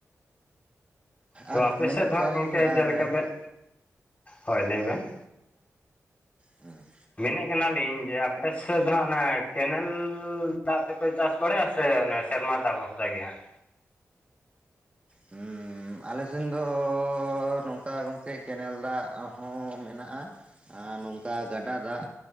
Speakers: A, on the left; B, on the right.
A: ᱛᱚ
B: ᱟᱨ
A: ᱟᱯᱮ
B: ᱢᱮᱱᱮᱫ
A: ᱥᱮᱫ ᱫᱚ
B: ᱠᱮᱭᱟᱞᱤᱧ
A: ᱦᱟᱸᱜ ᱜᱚᱢᱠᱮ ᱡᱮᱞᱮᱠᱟ
B: ᱟᱨᱼᱼ
A: ᱵᱮᱱ ᱦᱳᱭ ᱞᱟᱹᱭ ᱵᱮᱱᱼᱼ
B: ᱦᱩ <unintelligible>
A: ᱢᱮᱱᱮᱜ ᱠᱟᱱᱟᱞᱤᱧ ᱡᱮ ᱟᱯᱮ ᱥᱮᱫ ᱫᱚ ᱦᱟᱸᱜ ᱚᱱᱟ ᱠᱮᱱᱮᱞᱻ ᱫᱟᱜ ᱛᱮᱼᱼ <inaudible> ᱯᱮ ᱪᱟᱥ ᱵᱟᱲᱟᱭᱟ ᱥᱮ ᱚᱱᱮ ᱥᱮᱨᱢᱟ ᱫᱟᱜ ᱵᱷᱚᱨᱥᱟ ᱜᱮ ᱦᱟᱸᱜᱼᱼ
B: ᱦᱩᱸ ᱦᱩᱸ, ᱟᱞᱮ ᱥᱮᱱ ᱫᱚᱻ ᱱᱚᱝᱠᱟ ᱜᱚᱝᱠᱮ ᱠᱮᱱᱮᱞ ᱫᱟᱜ ᱦᱚᱸ ᱢᱮᱱᱟᱜᱼᱟ ᱾ ᱟᱨ ᱱᱚᱝᱠᱟ ᱜᱟᱰᱟ ᱫᱟᱜᱼᱼ